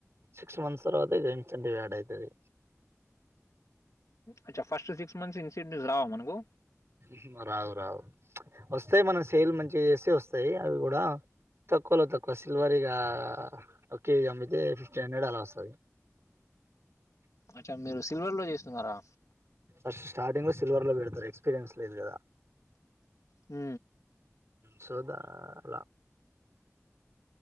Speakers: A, on the right; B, on the left.
A: సిక్ క్స్ మంత్స్ తర్వాత ఇగ ఇన్సెంటివ్ యాడ్ అయితది
B: అచ ఫస్ట్ సిక్స్ మంత్స్ ఇన్సెంటివ్స్ రావా మనకు
A: ఊహు రావు రావు ఒస్తై మన సేల్ మంచిగ్ చేస్తే ఒస్తాయి అవి గుడా తక్కువలో తక్కువ సిల్వరిగా ఒక్ కేజీ అమ్మితే ఫిఫ్టీన్ హండ్రెడ్ అలా ఒస్తది
B: అచ్చా మీరు సిల్వర్ లో జేస్తున్నారా
A: ఫస్ట్ స్టార్టింగ్ లో సిల్వర్ లో పెడతరు ఎక్స్పీరియన్స్ లేదు గదా
B: ఊ
A: సో దా లా